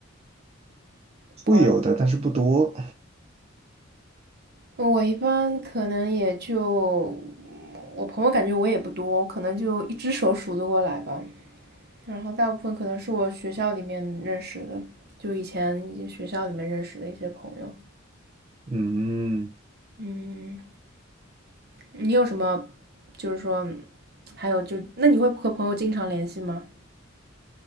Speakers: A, on the right (about 55°); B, on the right (about 30°).
A: 朋友？
B: 会有的，但是不多。
A: 呃我一般可能也就，我朋友感觉我也不多，可能就一只手数得过来吧。然后大部分可能是我学校里面认识的，就以前一些学校里面认识的一些朋友。
B: 嗯
A: 嗯，你有什么，就是说，还有就，那你会和朋友经常联系吗？